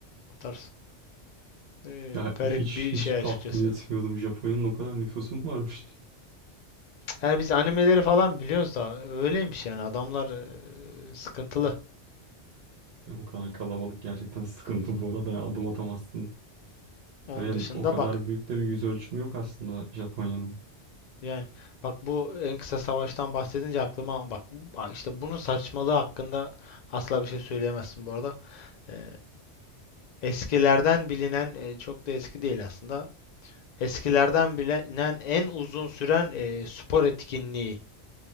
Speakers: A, on the left; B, on the right.
A: o tarz. Ee,
B: Ya
A: garip
B: hiç
A: bir
B: hiç
A: şey
B: tahmin
A: açıkçası.
B: etmiyordum. Japonya'nın o kadar nüfusu mu varmış?
A: Yani biz animeleri falan biliyoruz da öyleymiş yani adamlar e, sıkıntılı.
B: Ya Bu kadar kalabalık gerçekten sıkıntı bu arada ya. Adım atamazsın.
A: Onun
B: Yani
A: dışında
B: o kadar
A: bak
B: büyük de bir yüz ölçümü yok aslında Japonya'nın.
A: yani bak bu en kısa savaştan bahsedince aklıma bak bu- işte bunun saçmalığı hakkında asla bir şey söyleyemezsin bu arada. Ee, eskilerden bilinen e, çok da eski değil aslında. Eskilerden bilinen en uzun süren e, spor etkinliği